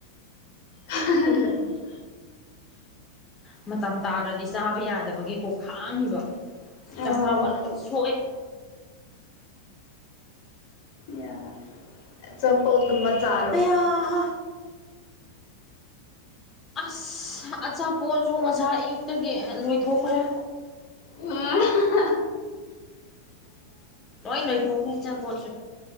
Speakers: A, on the left (about 50°); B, on the left (about 20°).
A: <unintelligible>
B: ꯃꯇꯝ ꯇꯥꯗ꯭ꯔꯗꯤ ꯆꯥꯕ ꯌꯥꯗꯕꯒꯤꯀꯣ ꯈꯥꯡꯉꯤꯕ ꯆꯈꯥꯎꯒ
A: ꯑꯣ
B: ꯂꯣꯏ ꯁꯣꯛꯑꯦ꯫
A: ꯌꯥ ꯑꯆꯄꯣꯠ ꯒ ꯨꯝꯃ ꯆꯥꯔꯣ
B: ꯑꯌꯥ ꯍꯥ ꯑꯁ ꯑꯆꯥꯄꯣꯠꯁꯨ ꯉꯁꯥꯏ ꯑꯌꯨꯛꯇꯒꯤ ꯂꯣꯏꯊꯣꯛꯈ꯭ꯔꯦ꯫
A: ꯎꯝ <unintelligible> <unintelligible>
B: ꯂꯣꯏ ꯅꯣꯏ ꯊꯣꯛꯈ꯭ꯔꯦ ꯆꯥꯄꯣꯠꯁꯨ꯫